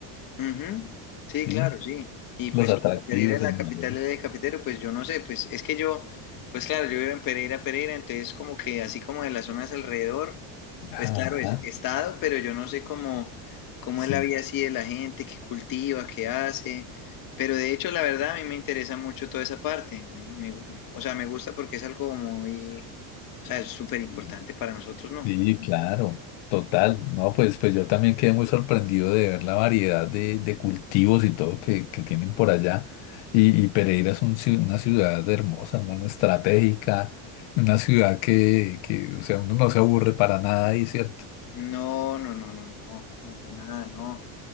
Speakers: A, on the left (about 45°); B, on the left (about 65°).
A: Ujú, Sí,
B: Sí,
A: claro, sí. Y pues
B: los atractivos,
A: como Pereira es la
B: el...
A: capital
B: mar.
A: del eje cafetero, pues yo no sé, pues es que yo, pues claro, yo vivo en Pereira, Pereira, entonces como que así como de las zonas alrededor,
B: Ajá.
A: pues claro, es- he estado, pero yo no sé cómo, cómo
B: Sí,
A: es la vida así de la gente, qué cultiva, qué hace. Pero de hecho, la verdad, a mí me interesa mucho toda esa parte. Me- me- o sea, me gusta porque es algo muy, o sea, es súper importante
B: sí,
A: para nosotros, ¿no?
B: sí, claro, total. No, pues, pues yo también quedé muy sorprendido de ver la variedad de, de cultivos y todo que, que tienen por allá. Y, y Pereira es un ci- una ciudad hermosa, hermano, estratégica, una ciudad que, que, o sea, uno no se aburre para nada ahí, ¿cierto?
A: No, no, no, no, no, para nada, no.